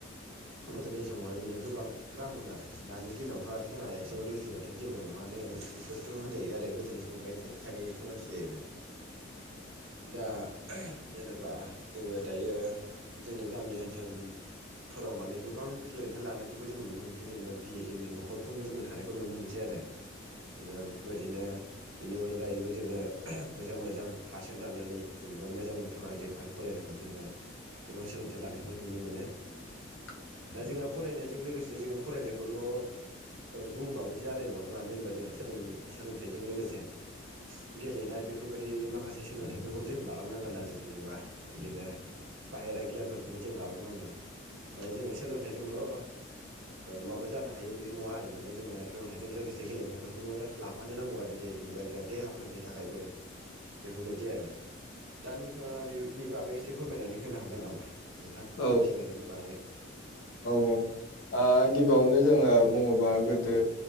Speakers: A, on the right (about 85°); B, on the left (about 75°).
A: गोदोनि समावहाय बिनो गोबां रांमोन आरो दानि दिनावथ' आरो जोंहा एक्स' दुइस' थ' जेबो नङानो बेफोरथ' होनजायो आरो गोदोनि समावहाय थाइसे थाइनैजों समानसो जाहैबाय
B: <inaudible>
A: दा जेनोबा जोङो दायो जोंनि गामि ओनसोल फोराव माने गोबां सोलोंथाइ लानायफोरखौ जों नुनो मोनसै जेनेबा बि ए एम ए नखरफ्रोमबो जोङो थानायखौ नुनो मोन सै आरो, जेनोबा बेफोरबादिनो बेनि अनगायैबो जोङो मोजां मोजां फारसेन लानानै जेनो बा मोजां मोजां आयदायावहाय फरायनानै जोङो गोबां सोलोंथाइ लानायखौ नुनो मोनो।
B: <inaudible>
A: दा जोंहा फरायनायजों लोगोसे जोङो फरायनायखौल' बुङोबाबो जानाय नङा मानो होनबा जोंहा सोदों सोलोंथाइजों लोगोसे गेलेनाय बेफोरबायदि माखासे सोलोंथाइफोरखौ जों लालांनांगोन आरो जे नोबा बिदिनो बाहेरा गियानफोरखौबो जों लालांनांगोन ओ जोङो सोलोंथाइजोंल' ओ माबा जानो हायो बे नङा आरो माने जोङो सोलोंथाइजों लोगोसे गेलेनायफोरखौबो लांफानो नांगौ आरो देनोबा जोंहा देहाफोरनि थाखायबो। बेफोरबादि आरो दा नोंथाङा बेनि बागै एसे फोरमायनानै होनो हागोन नामा? नोंथां
B: औ
A: जेनेबा सोलोंथाइनि बागै।
B: आ गिबियावनो जोङो बुङोबा गो दो